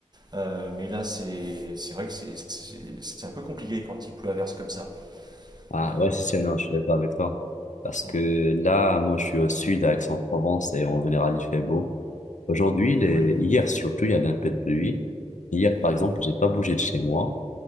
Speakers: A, on the right; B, on the left.
A: Euh, mais là, c'est c'est vrai que c'est c'est- c'est un peu compliqué quand il pleut à verse comme ça.
B: Ah
A: Euh,
B: ouais, si, si, non, je suis d'accord avec toi. Parce que
A: on-
B: là, moi, je suis au sud, à Aix-en-Provence, et en général, il fait beau. Aujourd'hui, les...
A: Eh oui.
B: hier surtout, il y avait un peu de pluie. Hier, par
A: Mhm,
B: exemple, j'ai pas bougé de chez moi.